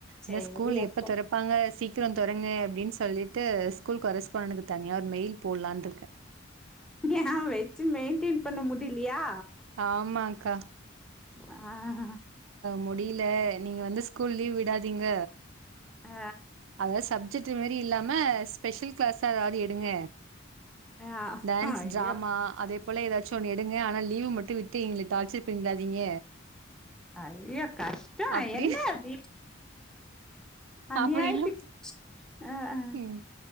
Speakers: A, in the centre; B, on the right.
A: சேரி
B: அத ஸ்கூல் எப்ப
A: அப்போ
B: திற வாங்க சீக்கிரோ தொரங்க அப்டின்னு சொல்லிட்டு ஸ்கூல் கொரஸ்பாண்ட்டக்கு தனியா ஒரு மெயில் போடலான்ருக்கே
A: எ வச்சு மெயின்டென் பண்ண முடியலயா
B: ஆமாங்க்கா
A: அ அ
B: முடியல நீங்க வந்து ஸ்கூல் லீவ் விடாதீங்க
A: அ
B: அதாவது சப்ஜெக்ட் மாரி இல்லாம ஸ்பெஷல் கிளாஸ்ஸா ஏதாவது எடுங்க
A: ஆ
B: டான்ஸ்
A: ஐயோ
B: டிராமா அதே போல ஏதாச்சு ஒன்னு எடுங்க ஆனா லீவு மட்டு விட்டு எங்கள டார்ச்சர் பண்ணிடாதீங்க
A: ஐயோ கஷ்டோ
B: அப்படி
A: என்ன அப்டி அநியாத்துக்கு
B: அப்படின்னு
A: <unintelligible>
B: ம்